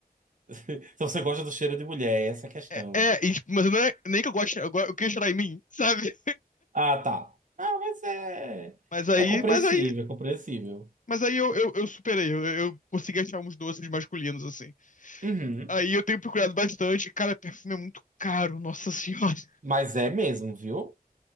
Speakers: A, on the right; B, on the left.
A: Se você gosta do cheiro de mulher, essa é a questão.
B: É, é e, tipo, mas não é nem que eu goste, eu, go- eu queria cheirar em mim, <laughs> sabe?
A: Ah, tá. Ah, mas é.
B: Mas aí,
A: É compreensível,
B: mas aí,
A: é compreensível.
B: mas aí eu, eu, eu superei. Eu, eu consegui achar uns doces masculinos, assim.
A: Uhum.
B: Aí eu tenho procurado bastante. Cara, perfume é muito caro, nossa senhora. <laughs>
A: Mas é mesmo, viu?